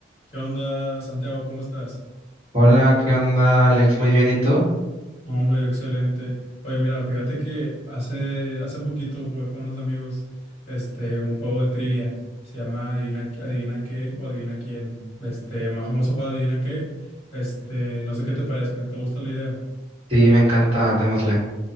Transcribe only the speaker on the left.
¿Qué onda, Santiago? ¿Cómo estás?
No, hombre, yo excelente. Oye, mira, fíjate que hace, hace poquito jugué con unos amigos este, un juego de trivia. Se llama Adivina, Adivina qué o Adivina quién. Este, más famoso juego Adivina qué. Este, no sé qué te parezca. ¿Te gusta la idea?